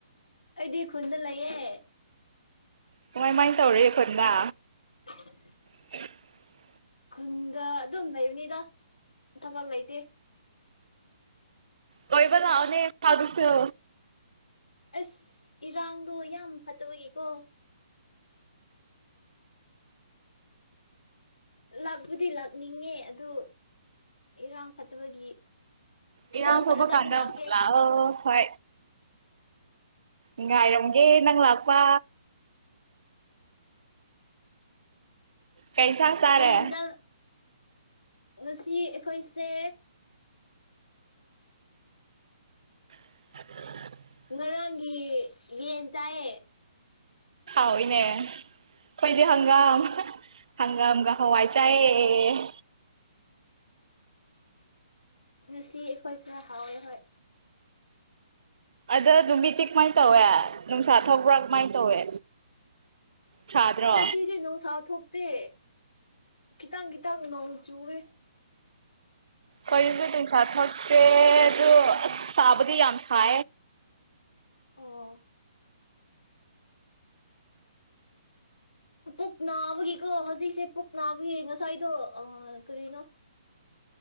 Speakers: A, on the left; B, on the right.
A: ꯑꯩꯗꯤ ꯈꯨꯟꯗ ꯂꯩꯌꯦꯦ
B: ꯀꯃꯥꯏꯃꯥꯏꯅ ꯇꯧꯔꯤꯦ ꯑꯩꯣꯏꯅ
A: <inaudible>
B: <inaudible>
A: ꯈꯨꯟꯗ ꯑꯗꯨꯝ ꯂꯩꯕꯅꯤꯗ ꯊꯕꯛ ꯂꯩꯇꯦ
B: ꯀꯕ ꯊꯥꯎꯅꯦ ꯊꯥꯎꯗꯨꯁꯨ
A: ꯑꯁ ꯏꯔꯥꯡꯗꯣ ꯌꯥꯝ ꯐ ꯠꯇꯕ ꯀꯦꯀꯣ ꯂ ꯕꯨꯗꯤ ꯂꯥꯛꯅꯤꯡꯉꯦ ꯑꯗꯨ ꯏꯔꯥꯡ ꯐꯠꯇꯕꯒꯤ
B: ꯏꯔ
A: ꯏꯔꯥꯡ
B: ꯍꯕ
A: ꯐꯠꯂꯀꯥꯟꯗ
B: ꯀꯗ
A: ꯂꯥꯛꯀꯦ
B: ꯍ ꯏꯉꯥꯏꯔꯝ ꯑꯦ ꯅꯪ ꯂꯥꯛꯄꯥ ꯀꯩꯁꯥꯡ ꯆꯥꯔꯦ
A: ꯀꯩ ꯌꯦꯟꯖꯥꯡ ꯉꯁꯤ ꯑꯩꯈꯣꯏꯁꯦ
B: ꯑ
A: ꯉꯔꯥꯡꯒꯤ ꯌꯦꯟ ꯆꯥꯏꯌꯦ
B: ꯍꯏꯅꯦ ꯑꯩꯣꯏꯗꯤ ꯍꯪꯒꯥꯝ ꯍꯪꯒꯥꯝꯒ ꯍꯋꯥꯏ ꯆꯥꯏꯑ
A: ꯉꯁꯤ ꯑꯩꯈꯣꯏ ꯈꯔ ꯍꯥꯎꯋꯦ ꯍꯣꯏ
B: ꯑꯗ ꯅꯨꯃꯤꯠꯇꯤ ꯀꯃꯥꯏꯅ ꯇꯧꯋꯦ ꯅꯨꯡꯁꯥ ꯊꯣꯛꯄ꯭ꯔꯥ ꯀꯃꯥꯏꯅ ꯇꯧꯋꯦ ꯁꯥꯗ꯭ꯔꯣ
A: ꯁꯤꯗꯦ ꯅꯣ ꯁꯥꯊ ꯇ ꯀꯈꯤꯇꯪ ꯈꯤꯇꯪ ꯅꯣꯡ ꯆꯨꯦ
B: ꯀꯩꯁꯦꯠꯇ ꯁꯥ ꯍꯛꯇ ꯑꯗꯨ ꯁꯥꯕꯗꯤ ꯑꯟꯁꯥ
A: ꯑꯣ ꯄꯨꯛ ꯅꯥꯕꯒꯤꯀꯣ ꯍꯧꯖꯤꯛꯁꯦ ꯄꯨꯛ ꯅꯥꯕꯒꯤ ꯉꯁꯥꯏꯗꯣ ꯀꯔꯤꯅꯣ